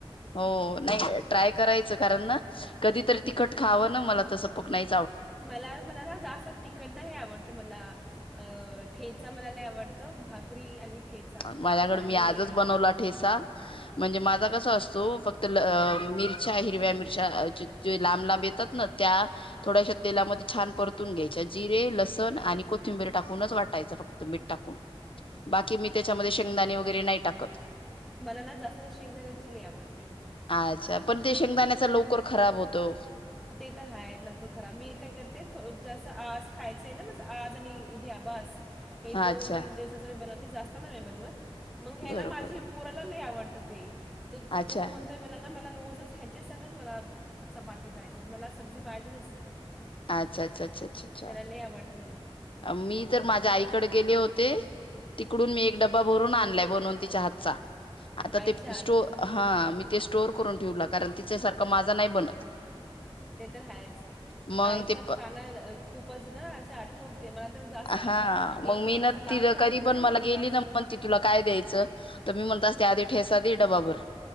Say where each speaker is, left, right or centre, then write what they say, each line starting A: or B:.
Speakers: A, on the left; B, in the centre.
A: हो, नाही ट्राय करायचं. कारण ना कधीतरी तिखट खावं ना. मला तर सपक नाही
B: मला मला ना जास्त तिकट नाही आवडत मला. अ ठेचा मला लयी आवडतं भाकरी आणि ठेचा अच्छा,
A: माझ्याकडे मी
B: तुम्ही
A: आजच
B: आणि
A: बनवला ठेचा. म्हणजे माझा कसा असतो फक् <unintelligible> च्या हिरव्या मिरच्या, जे लांब लांब येतात ना त्या, थोड्याश्या तेलामध्ये छान परतून घ्यायच्या. जीर तेल लसण आणि कोथिंबीर टाकून वाटायच फक्त मीठ टाकून बाकी त्याच्यामध्ये शेंगदाणे वगैरे नाही टाकत.
B: मला ना जास्त शेंगण्याचि लयी आवडती.
A: अच्छा पण ते शेंगदाण्याच लवकर खराब होतं.
B: ते तर हाय लवकर खराब. मी काय करते जसं आज खायचंय ना आज आणि उद्या बाज हे दोन
A: अच्छा
B: तीन दिवसाच मी बनवते. जास्त नाही मी बनवत. मग हे
A: बरोबर
B: ना माझी पुराला लयी आवडत. ते. तर
A: अच्छा
B: तो म्हणतोय मला ना मला रोज च हेच्या संगच मला चपाती पाहिजे मला सब्जी पाहिजेलंच नाही.
A: अच्छा अच्छा अच्छा अच्छ अच्छा.
B: त्याला लय आवडती
A: अ मी तर माझ्या आईकडे गेले होते, तिकडून मी एक डब्बा भरून आणलाय बनवून तिच्या हातचा. आता
B: आईच्या
A: ते
B: हात
A: स्टो
B: हां
A: हा मी ते स्टोवर करून ठेवू लाग कारण तिच्या सारखा माझा नाही बनत.
B: ते तर हायच.
A: मग
B: आईचा
A: ते
B: खाण खूपच ना असे आठवते, मला तर जास्त आठवते
A: हा मग मी
B: थोडासा
A: ना
B: लांब
A: ति
B: राहते
A: कधी पण
B: ना
A: मला
B: मम्मीपासून
A: गेली ना म्हण त तुला काय द्यायचं? तर मी म्हणत असते आधी ठेसा दे डबाभर.